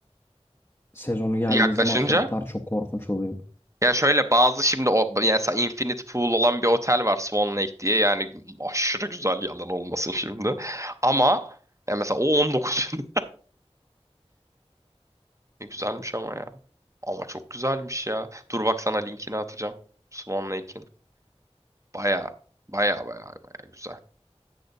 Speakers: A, on the left; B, on the right.
A: Sezonu geldiği
B: Yaklaşınca
A: zaman fiyatlar çok korkunç oluyor.
B: Ya şöyle bazı şimdi o yani mesela Infinite Pool olan bir otel var Swan Lake diye. Yani aşırı güzel yalan olmasın şimdi. Ama ya mesela o 19 bin. <laughs> Ne güzelmiş ama ya. Ama çok güzelmiş ya. Dur bak sana linkini atacağım. Swan Lake'in. Baya baya baya baya güzel.